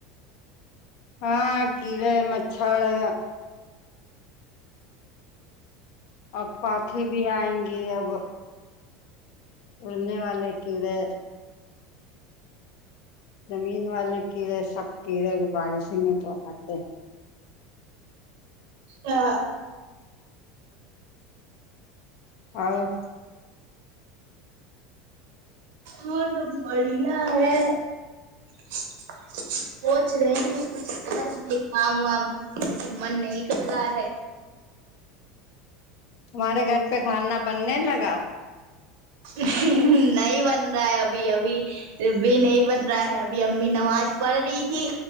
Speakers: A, on the left; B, on the right.
A: ہاں کیڑے مچھڑ ایا اب پااکے بھی آئیں گی اب اڑنے والے کیڑے زمین والے کیڑے سب کیڑے بارشی میں تو آتے ہیں
B: ہا
A: اور
B: وہ سب بڑھیا ہے سوچ رہے ہیں کچھ کر لے کام وام لیکن من نہیں کر رہا ہے
A: تمہارے گھر پہ کھانا بننے لگا
B: نہیں بن رہا ہے ابھی ابھی ا بھی نہیں بن رہا ہے اب ابھی امی نماز پڑھ رہی تھی